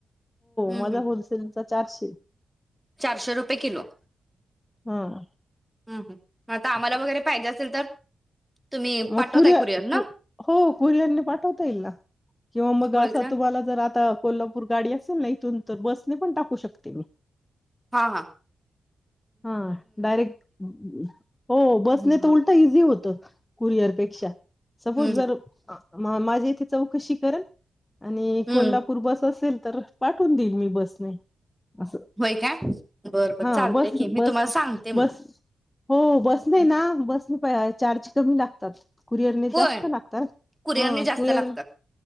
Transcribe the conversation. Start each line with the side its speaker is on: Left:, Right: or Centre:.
Centre: हम्म
Left: माझा
Centre: हम्म
Left: होलसेलचा चारशे
Centre: चारशे रुपये किलो
Left: हं
Centre: हं हं आता आम्हाला वगैरे पाहिजे असेल तर तुम्ही
Left: मं
Centre: पाठवताय
Left: कुरियर
Centre: कुरिअर ना
Left: कू हो कुरियर नि पाठवता येईल ना किंवा मंग
Centre: होय
Left: असा
Centre: का
Left: तुम्हाला जर आता कोल्हापूर गाडी असं नई इतुन त बस ने पण टाकू शकते मी.
Centre: हाँ हाँ
Left: हं डायरेक्ट हो बसने
Centre: हं
Left: तर
Centre: हां.
Left: उलट इजी होत कुरियर पेक्षा सपोज
Centre: हं
Left: जर
Centre: हं
Left: मं माज्या येथे चौकशी करल? आणि
Centre: हं.
Left: कोल्हापूर बस असेल तर पाठवून देईल मी बसने. असं
Centre: व्हय काय बर बर
Left: हा
Centre: चालतंय
Left: बस
Centre: की मी तुम्हाला सांगते मग
Left: बस हो बसने ना बसने पा अ चार्च कमी लागतात. कुरियरने
Centre: होय
Left: जास्त लागतात
Centre: कुरिअरने
Left: ह
Centre: जास्त
Left: कुरिअर
Centre: लागतात